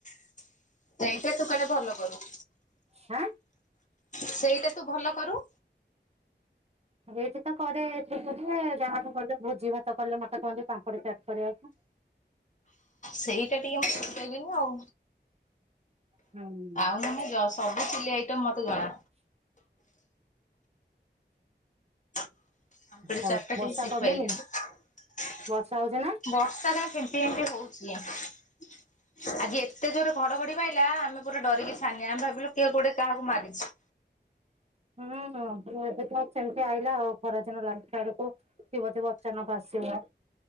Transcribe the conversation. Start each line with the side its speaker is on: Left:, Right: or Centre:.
Left: ସେଇଟା ତୁ କ ଭଲ କଲୁ।
Right: ହାଁ?
Left: ସେଇଟା ତୁ ଭଲ କରୁ।
Right: ଏଇଠି ତ କରେ <unintelligible> ଯାହାବି କଲେ ଭୋଜି ଭାତ କଲେ ମତେ କହନ୍ତି ପାମ୍ପିଡ଼ି ଚାଟ୍ କରିବାକୁ।
Left: ସେଇଟା ଟିକେ ମୁଁ ଶିଖିପାରିଲିନି ଆଉ।
Right: ହୁଁ
Left: ଆଉ ନୁହେ ଯୋ ସବୁ ସିଲେଇ ଆଇଟମ୍ ମତେ ଜଣା। ଆ ପାମ୍ପଡ଼ି ଚାଟ୍
Right: ହଉ ବର୍ଷା
Left: ଟି ସିଖ୍
Right: କମିନି
Left: ପାଇଲିନି
Right: ବର୍ଷା ହଉଛି ନା?
Left: ବର୍ଷା ଯା ଫିମ୍ପି ଫିମ୍ପି ହଉଚି। ଆଜି ଏ ଏତେ ଜୋର୍ ରେ ଘଡ଼ଘଡ଼ି ମାଇଲା ଆମେ ପୁରା ଡରିକି ଛାନିଆ ଆମେ ଭାବିଲୁ କିଏ କୁଡ଼େ କାହାକୁ ମାରିଚି।
Right: ହୁଁ ହୁଁ ଏବେ ତ ସେମିତି ଆଇଲା ଆଉ ଖରାଦିନ ଲାଗି ଓ ଥିବ ଥିବ ଅଚାନକ ଆସିବ।